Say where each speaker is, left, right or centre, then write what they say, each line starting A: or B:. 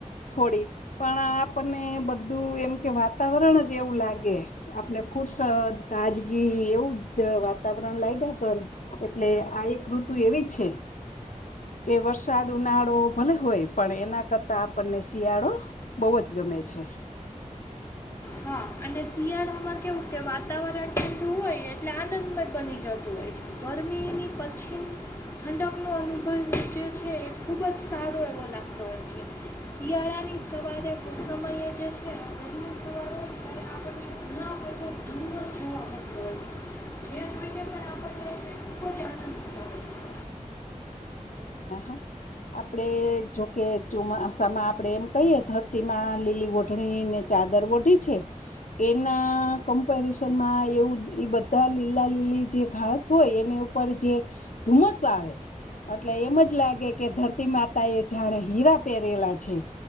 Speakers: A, on the left (about 75°); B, on the left (about 20°).
A: થોડી પણ આપણને બધું એમ કે વાતાવરણ જ એવું લાગે આપને ફુરસદ તાજગી એવું જ વાતાવરણ લાગ્યા કર એટલે આ એક ઋતુ એવી છે કે વરસાદ ઉનાળો ભલે હોય પણ એના કરતા આપણને શિયાળો બહુ જ ગમે છે
B: હા અને શિયાળામાં કેવું કે વાતાવરણ ઠંડુ હોય એટલે આનંદમય બની જતું હોય છે ગરમીની પછીની ઠંડકનો અનુભવ જે છે એ ખૂબ જ સારો એવો લાગતો હોય છે શિયાળાની સવારે સમયે જે છે વહેલી સવારે ત્યારે આપણને ગણો તો ધુમ્મસ જોવા મળતો હોય છે જે જોઈને પણ આપણને ખૂબ જ આનંદ થતો હોય છે
A: હા હા આપડે જોકે ચોમાસામાં આપડે એમ કહીએે ધરતીમાં લીલી ઓઢણી ને ચાદર વઢી છે એના કમ્પેરિઝનમાં એવું એ બધા લીલા લીલી જે ઘાસ હોય એની ઉપર જે ધુમ્મસ આવે એટલે એમ જ લાગે કે ધરતી માતા એ જાણે હીરા પહેરેલા છે